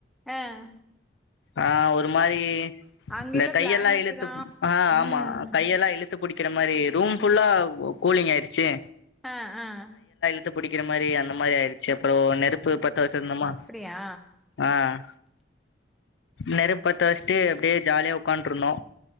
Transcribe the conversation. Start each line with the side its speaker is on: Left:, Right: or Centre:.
Centre: ஆஹ்
Left: ஆஹ் ஒரு மாரி
Centre: அங்கெல்லா
Left: இந்த கையெல்லா
Centre: பிளாங்கெட்டு
Left: இழுத்து
Centre: தா
Left: ஆஹ் ஆமா
Centre: ம்
Left: கையெல்லா இழுத் த்து புடிக்கிற மாரி ரூம் புல்லா கூ கூலிங் ஆயிடுச்சு
Centre: ஆஹ் ஆஹ்
Left: ழுத்து புடிக்கிற மாரி அந்த மாரி ஆயிடுச்சு அப்பறோ நெருப்பு பத் வச்சிருந்தமா
Centre: அப்டியா
Left: ஆஹ் நெருப் பத்த வச்சிட்டு அப்டியே ஜாலிய உ உக்காண்டிருந்தோ